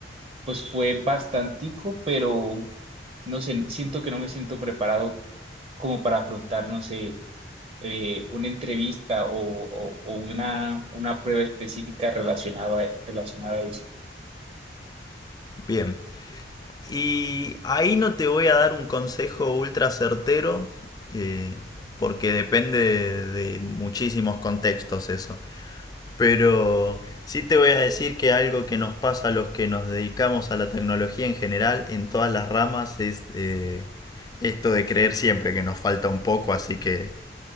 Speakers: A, on the right; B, on the left.
A: pues fue bastantico, pero no sé, siento que no me siento preparado como para afrontar, no sé eh, una entrevista o, o- o una, una prueba específica relacionada, a- relacionada a eso.
B: bien. Y ahí no te voy a dar un consejo ultra certero, eh, porque depende de, de muchísimos contextos eso. Pero sí te voy a decir que algo que nos pasa a los que nos dedicamos a la tecnología en general, en todas las ramas, es eh, esto de creer siempre que nos falta un poco. Así que